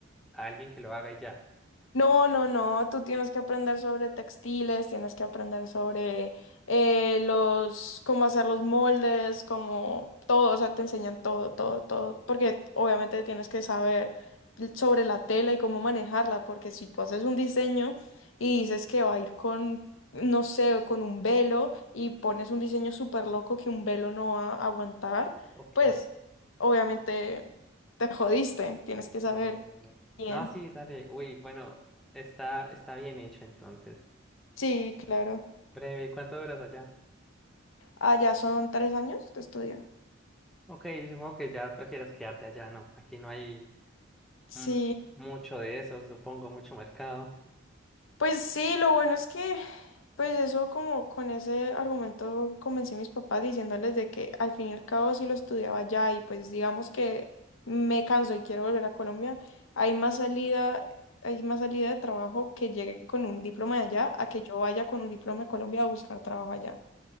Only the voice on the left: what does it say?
No, no, no, tú tienes que aprender sobre textiles, tienes que aprender sobre eh, los, cómo hacer los moldes, cómo todo, o sea, te enseñan todo, todo, todo, porque obviamente tienes que saber sobre la tela y cómo manejarla, porque si tú haces un diseño y dices que va a ir con, no sé, con un velo y pones un diseño súper loco que un velo no va a aguantar,
pues obviamente te jodiste, tienes que saber
bien.
Sí, claro.
Ah, ya son tres años de estudio.
Sí,
pues sí, lo bueno es que, pues eso como con ese argumento convencí a mis papás diciéndoles de que al fin y al cabo si lo estudiaba allá y pues digamos que me canso y quiero volver a Colombia, hay más salida, hay más salida de trabajo que llegue con un diploma de allá a que yo vaya con un diploma de Colombia a buscar trabajo allá.